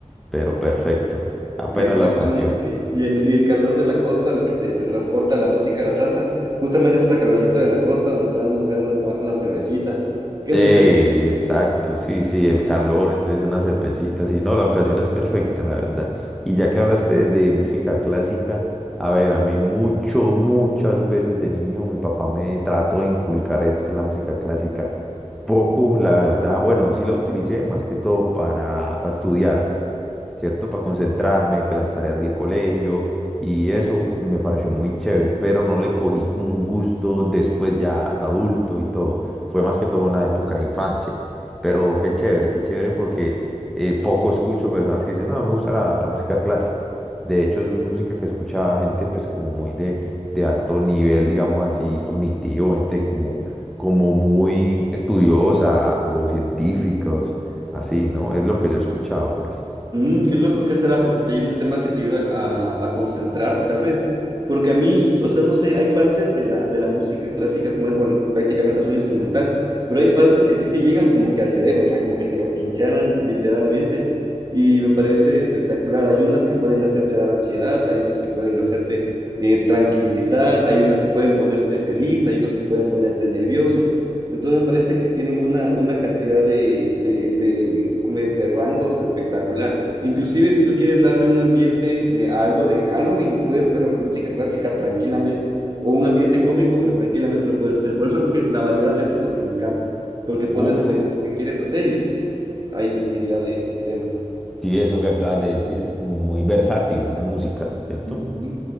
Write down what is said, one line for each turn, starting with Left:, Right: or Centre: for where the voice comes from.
Centre: pero perfecto, apenas
Right: exactamente.
Centre: la ocasión.
Right: Y el, y el calor de la costa, lo que te, te transporta la música, la salsa, justamente es esa calorcita de la costa donde te dan unas ganas de tomarte una cervecita. Qué
Centre: Eh,
Right: espectacular.
Centre: exacto, sí, sí, el calor, entonces una cervecita, sí, no, la ocasión es perfecta, la verdad. Y ya que hablaste de música clásica, a ver, a mí mucho, muchas veces de niño mi papá me trató de inculcar es la música clásica. Poco, la verdad, bueno, sí la utilicé más que todo para, para estudiar. ¿cierto? Para concentrarme, que las tareas del colegio y eso me pareció muy chévere, pero no le cogí como un gusto después ya adulto y todo. Fue más que todo una época de infancia, pero qué chévere, qué chévere porque eh, poco escucho personas que dicen, no, me gusta la, la música clásica. De hecho, es música que escucha gente pues como muy de, de alto nivel, digamos así, cognitivo, gente como, como muy estudiosa o científicos, así, ¿no? Es lo que yo he escuchado, pues.
Right: Mm, qué loco, ¿qué será? Porque te ayuda un tema que te ayuda a, a concentrarte, tal vez. Porque a mí, o sea, no sé, hay partes de la, de la música clásica, como es, bueno, prácticamente es un instrumental, pero hay partes que sí te llegan como que al cerebro, o sea, como que te lo pincharan literalmente. Y me parece espectacular. Hay unas que pueden hacerte dar ansiedad, hay unas que pueden hacerte eh, tranquilizar, hay unas que pueden ponerte feliz, hay unas que pueden ponerte nervioso. Entonces me parece que tienen una, una cantidad de, de, de, ¿cómo es? de rangos espectacular. Inclusive si tú quieres darle un ambiente de a algo de Halloween, puedes hacerlo con música clásica tranquilamente. O un ambiente cómico, pues tranquilamente lo puedes hacer. Por eso creo que la variedad de esto es lo que me encanta, porque pones
Centre: Uf,
Right: dependiendo de lo que quieres hacer y pues hay infinidad de temas.
Centre: sí, eso que acabas de decir es como muy versátil, esa música, ¿cierto?
Right: Ujú.